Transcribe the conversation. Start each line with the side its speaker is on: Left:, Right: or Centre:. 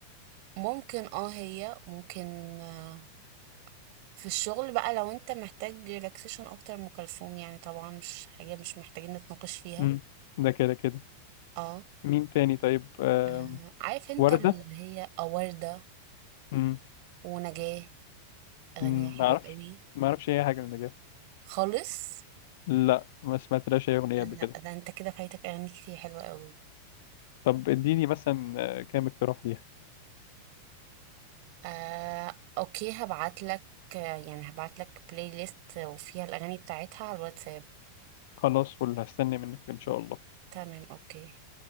Right: ممكن اه هي ممكن آه، في الشغل بقى لو انت محتاج ريلاكسيشن اكتر من ام كلثوم يعني طبعا مش حاجه مش محتاجين نتناقش فيها
Left: امم ده كده كده
Right: اه
Left: مين تاني طيب آم،
Right: آه، عارف انت
Left: وردة
Right: اللي هي آه، وردة
Left: امم
Right: ونجاة اغانيها
Left: ما
Right: حلوه
Left: اعرفش
Right: قوي
Left: ما اعرفش اي حاجه للنجاة
Right: خالص
Left: لا ما سمعتلاش اي اغنيه
Right: لا
Left: قبل كده
Right: ده انت كده فايتك اغاني كتير حلوة قوي
Left: طب اديني مثلا آه، كام اقتراح ليها
Right: آه، اوكي هبعت لك يعني هبعت لك بلاي ليست وفيها الاغاني بتاعتها على الواتساب
Left: خلاص فل هستنى منك ان شاء الله
Right: تمام اوكي